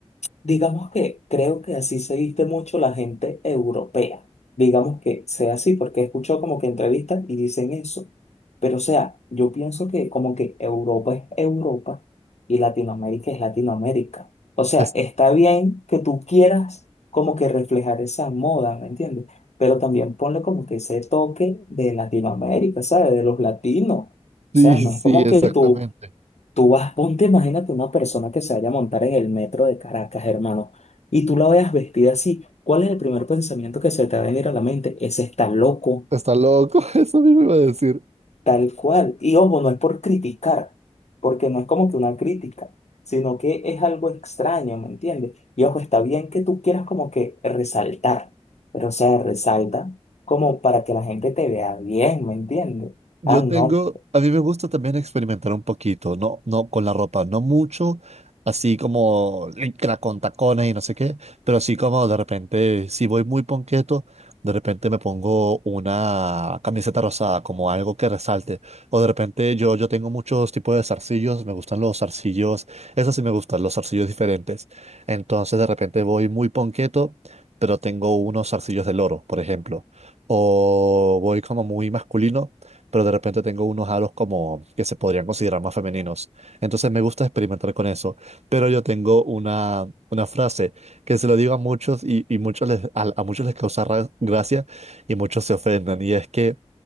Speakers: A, on the left; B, on the right.
A: Digamos que creo que así se viste mucho la gente europea. Digamos que sea así, porque he escuchado como que entrevistas y dicen eso. Pero o sea, yo pienso que como que Europa es Europa y Latinoamérica es Latinoamérica. O sea,
B: es-
A: está bien que tú quieras como que reflejar esa moda, ¿me entiendes? Pero también ponle como que ese toque de Latinoamérica, ¿sabes? De los latinos.
B: sí,
A: O sea, no
B: sí,
A: es como
B: exactamente.
A: que tú Tú vas, ponte, imagínate una persona que se vaya a montar en el metro de Caracas, hermano, y tú la veas vestida así. ¿Cuál es el primer pensamiento que se te va a venir a la mente? Ese está loco,
B: Está loco, <laughs> eso mismo iba a decir.
A: tal cual. Y ojo, no es por criticar, porque no es como que una crítica, sino que es algo extraño, ¿me entiendes? Y ojo, está bien que tú quieras como que resaltar, pero o sea, resalta como para que la gente te vea bien, ¿me entiendes?
B: Yo
A: Ah, no.
B: tengo, a mí me gusta también experimentar un poquito, no, no con la ropa, no mucho, así como licra con tacones y no sé qué, pero así como de repente, si voy muy ponqueto, de repente me pongo una camiseta rosada, como algo que resalte, o de repente yo, yo tengo muchos tipos de zarcillos, me gustan los zarcillos, esos sí me gustan, los zarcillos diferentes, entonces de repente voy muy ponqueto, pero tengo unos zarcillos de loro, por ejemplo, o voy como muy masculino pero de repente tengo unos halos como que se podrían considerar más femeninos. Entonces me gusta experimentar con eso, pero yo tengo una, una frase que se lo digo a muchos y, y muchos les, a, a muchos les causa ra- gracia y muchos se ofenden y es que